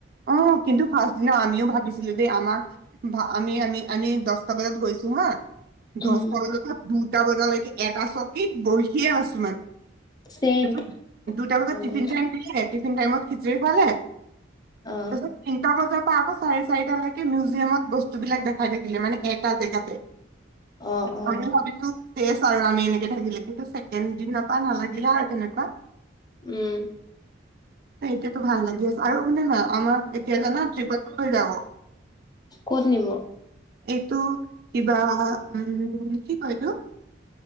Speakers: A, on the right; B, on the left.
A: অ', কিন্তু ফাৰ্ষ্ট দিনা আমিও ভাবিছিলোঁ দেই আমাক বা আমি- আমি- আমি দশটা বজাত গৈছো হা
B: উম
A: দশটা বজাৰ পৰা হ'ম দুটা বজালৈকে এটা চকীত বহি দেখিয়ে আছোঁ আৰু,
B: ছেম
A: পিছত দুটা বজাত
B: আমি
A: টিফিন টাইম দিলে টিফিন টাইমত খিচৰি খোৱালে?
B: অ
A: তাৰপিছত তিনটা বজাত আকৌ চাৰে চাৰিটালৈকে মিউজিয়ামত বস্তুবিলাক দেখাই থাকিলে মানে এটা জেগাতে,
B: অ অ
A: আমি ভাবিছোঁ ফ্ৰে আৰু আমি এনেকে থাকিলে কিন্তু ছেকেণ্ড দিনা পৰা নালাগিলে আৰু তেনেকে।
B: উম',।
A: এতিয়াতো ভাল লাগি আছে আৰু শুনা না, আমাক এতিয়া জানা ট্ৰিপতো লৈ যাব।
B: ক'ত নিব?
A: এইটো কিবা উম', কি কয় এইটো